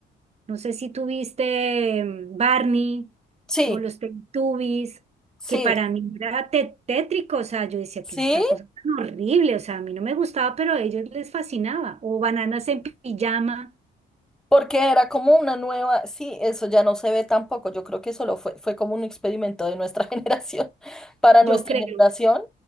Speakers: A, on the right (about 35°); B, in the centre.
A: no sé si tuviste mm, Barney
B: sí,
A: o los Teletubbies,
B: sí,
A: que para mí era te- tétrico, o sea, yo decía
B: sí,
A: que es esta cosa tan horrible, o sea, a mí no me gustaba, pero a ellos les fascinaba. O Bananas en Pijama,
B: porque era como una nueva, sí, eso ya no se ve tampoco, yo creo que solo fue, fue como un experimento de nuestra <laughs> generación, para
A: yo
B: nuestra
A: creo.
B: generación,